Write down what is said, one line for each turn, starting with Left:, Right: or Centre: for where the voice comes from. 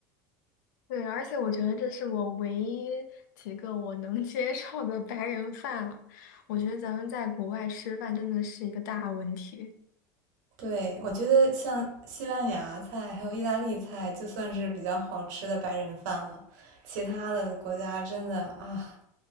Left: 对，而且我觉得这是我唯一几个我能 <laughs> 接受的白人饭了。我觉得咱们在国外吃饭真的是一个大问题。
Right: 对，我觉得像西班牙菜还有意大利菜，就算是比较好吃的白人饭了。其他的国家真的啊，